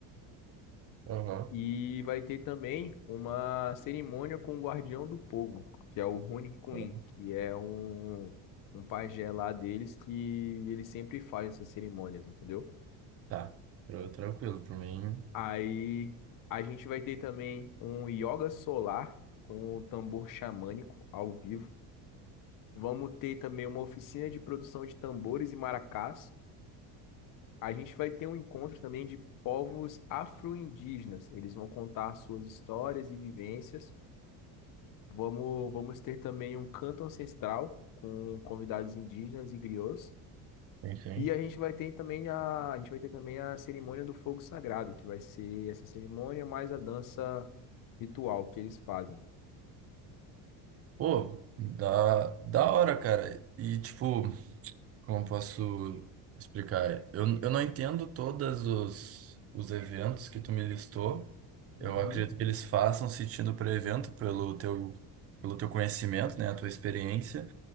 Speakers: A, on the right; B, on the left.
A: aham.
B: E vai ter também uma cerimônia com o Guardião do Povo, que é o Rune Queen,
A: Ó,
B: que é um, um pajé lá deles que ele sempre faz essas cerimônias, entendeu?
A: Tá, Tra- tranquilo, por mim.
B: Aí a gente vai ter também um yoga solar com o tambor xamânico ao vivo. Vamos ter também uma oficina de produção de tambores e maracás. A gente vai ter um encontro também de povos afro-indígenas. Eles vão contar suas histórias e vivências. Vamos, vamos ter também um canto ancestral com convidados indígenas e griots.
A: Enfim.
B: E a gente vai ter também a, a gente vai ter também a cerimônia do fogo sagrado, que vai ser essa cerimônia mais a dança ritual que eles fazem.
A: Pô, da, da hora, cara. E, tipo, como posso explicar? Eu, eu não entendo todos os, os eventos que tu me listou.
B: Uhum.
A: Eu acredito que eles façam sentido para evento, pelo teu, pelo teu conhecimento, né? A tua experiência.